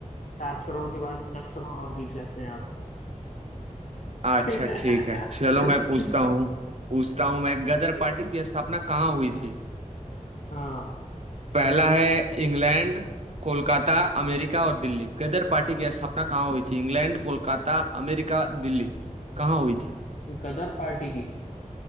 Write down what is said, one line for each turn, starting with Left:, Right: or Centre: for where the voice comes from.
Left: सात करोड़ के बाद दस करोड़ और जीत जाते हैं आप
Right: अच्छा
Left: <laughs>
Right: ठीक है चलो मैं पूछता हूँ पूछता हूँ मैं गदर
Left: जी,
Right: पार्टी की स्थापना कहाँ हुई थी
Left: हाँ
Right: पहला है इंग्लैंड कोलकाता अमेरिका और दिल्ली गदर पार्टी की स्थापना कहाँ हुई थी इंग्लैंड कोलकाता अमेरिका दिल्ली कहाँ हुई थी
Left: गदर पार्टी की